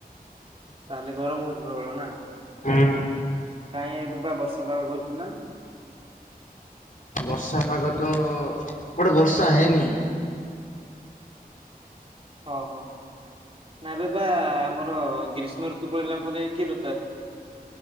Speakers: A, on the right; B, on the left.
A: ତାହେଲେ ଗରମ ହଉଚି ପ୍ରବଳ ନା?
B: ହୁଁ।
A: କାଇଁ ଏବେ ବା ବର୍ଷା ପାଗ କରୁଥିଲା।
B: ବର୍ଷା ପାଗ ତ ଏପଟେ ବର୍ଷା ହେଇନି।
A: ଓ ହୋ ନା ଏବେ ବା ଆମର ଗ୍ରୀଷ୍ମଋତୁ ପଳେଇଲା ପରେ, କି ଋତୁ ଆ